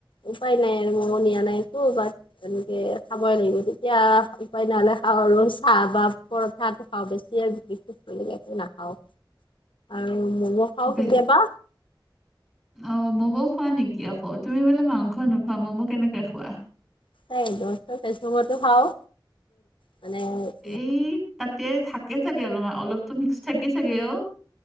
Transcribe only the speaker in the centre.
বেল-
অ'! ম'ম' খোৱা নেকি? আকৌ, তুমি বোলে মাংস নোখোৱা, ম'ম' কেনেকে খোৱা?
এই, তাতে থাকে, চাগে অলপমান, অলপতো মিক্স থাকে চাগে, অ'!